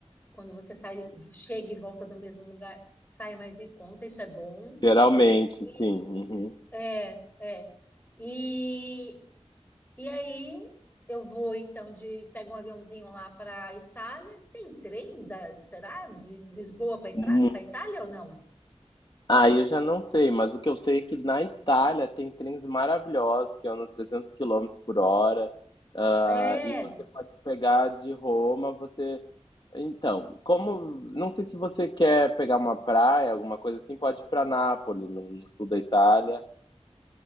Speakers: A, on the left; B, on the left.
A: quando você sai, chega e volta do mesmo lugar, sai mais em conta, isso é bom.
B: Geralmente,
A: E
B: sim.
A: é, é. E, e aí eu vou então de pego um aviãozinho lá para Itália. Tem trem da, será? De Lisboa para
B: Uhum.
A: Itália ou não?
B: Ah, eu já não sei, mas o que eu sei é que na Itália tem trens maravilhosos que andam 300 quilômetros por hora, ah,
A: É.
B: e você pode pegar de Roma, você então, como não sei se você quer pegar uma praia, alguma coisa assim, pode ir pra Nápoles, no no sul da Itália.